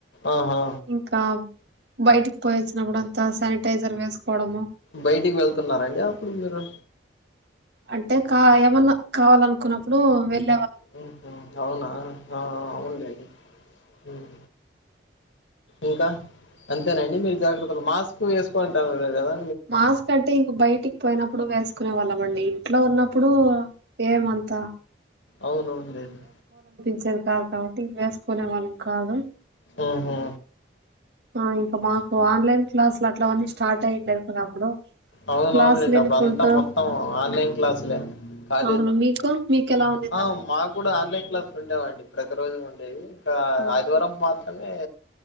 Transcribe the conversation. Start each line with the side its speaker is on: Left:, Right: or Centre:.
Left: ఆహా
Right: ఇంకా బయటికి పోయి వచ్చినప్పుడు అంత శానిటైజర్ వేసుకోవడము
Left: బయటికి వెళ్తున్నారండి అప్పుడు మీరు
Right: అంటే కా ఏమన్నా కావాలనుకున్నప్పుడు వెళ్ళ్
Left: హ్మ్ మ్మ్ అవునా ఆ అవునులేండి హ్మ్ ఇంకా అంతేనండి మీరు జాగ్రత్తలు మాస్క్ వేసుకోంటారు. గదా
Right: మాస్క్ అంటే ఇంక బయటికి పోయినప్పుడు వేసు వేసుకునేవాళ్ళం అండి. ఇంట్లో ఉన్నప్పుడు ఏమంతా
Left: అవునవును లేండి.
Right: మంచిది కాదు కాబట్టి వేసుకునే వాళ్ళం కాదు.
Left: ఆహా
Right: ఆ ఇంకా మాకు ఆన్లైన్ క్లాసులు అట్లావన్నీ స్టార్ట్ అయ్యోడేదికదా అప్పుడు
Left: అవునవును
Right: క్లాసులు
Left: లేండి.
Right: ఇనుకుంటూ
Left: అప్పుడు అంతా మొత్తం ఆన్లైన్ క్లాసులే కాలీలేం
Right: అవును మీకు మీకు ఎలా ఉన్నిందండి
Left: ఆ మాకు కూడా ఆన్లైన్ ఆన్లైన్ క్లాసులు ఉండేవండి. ప్రతిరోజు ఉండేవి. ఆ
Right: అవును
Left: ఆదివారం మాత్రం ఏ